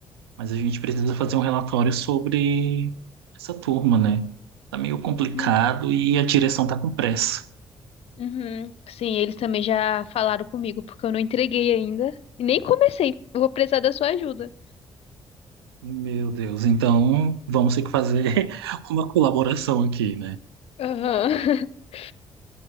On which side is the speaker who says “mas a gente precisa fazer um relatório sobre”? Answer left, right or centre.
Right